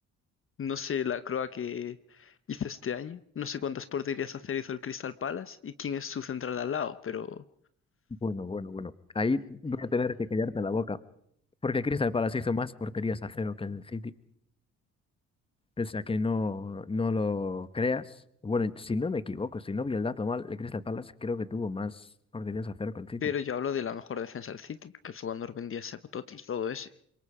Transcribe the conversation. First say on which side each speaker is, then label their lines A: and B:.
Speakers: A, on the left; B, on the left.
A: No sé la croa que hizo este año. No sé cuántas porterías hacer hizo el Crystal Palace y quién es su central de al lado, pero,
B: Bueno, bueno, bueno. Ahí voy a tener que callarte la boca, porque Crystal Palace hizo más porterías a cero que el City. O sea que no, no lo creas. Bueno, si no me equivoco, si no vi el dato mal, el Crystal Palace creo que tuvo más oportunidades a cero con el City.
A: pero yo hablo de la mejor defensa del City, que fue cuando Rubén Díaz sacó Totti, todo ese.